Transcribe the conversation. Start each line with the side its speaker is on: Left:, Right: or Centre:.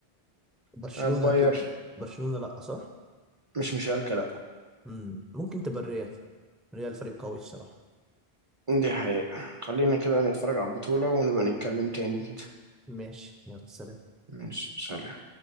Centre: برشلونه
Right: آه، باير
Centre: اكيد برشلونه لا صح
Right: مش مشاركة لأ
Centre: مم. ممكن تبقى الريال الريال فريق قوي الصراحة
Right: دي حقيقة خلينا كده نتفرج على البطولة ونبقى نتكلم تاني كده
Centre: ماشي يلا سلام
Right: ماشي سلام